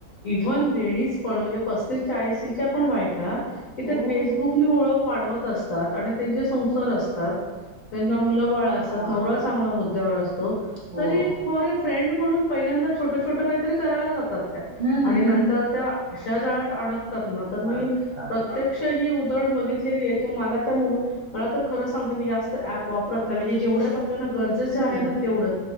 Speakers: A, on the left (about 50°); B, on the right (about 50°).
A: इव्हन लेडीज पण म्हणजे पस्तीस चाळीशी च्या पण बायका इथे
B: हो
A: फेसबुक तुम्ही ओळख वाढवत असतात आणि त्यांचे संसार असतात त्यांना मुलं बाळ असतात
B: हां.
A: नवरा चांगला होद्द्यावर असतो
B: होय.
A: तरी एक फॉरे फ्रेंड म्हणून पहिल्यांदा छोटं छोटं काहीतरी करायला जातात त्या
B: हम्म
A: आणि नंतर
B: हम्म.
A: त्या अशा जाळ्यात अडकतात ना तर मी
B: अडक अडक.
A: प्रत्यक्ष ही उदारण बघितलेली आहेत ओ मला त मोब मला तर खरंच सांगते मी जास्त ऍप वापरत नाही म्हणजे जेव्हढच आपल्या गर जस
B: हम्म
A: आहे ना तेवढंच,